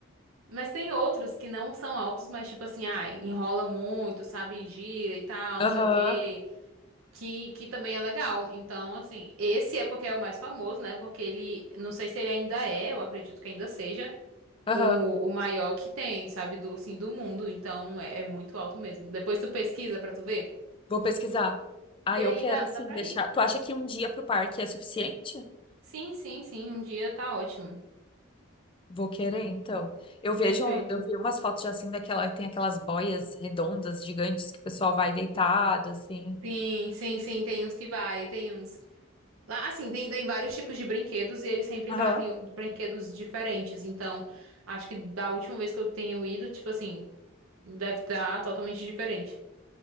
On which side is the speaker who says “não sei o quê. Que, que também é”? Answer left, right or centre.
Right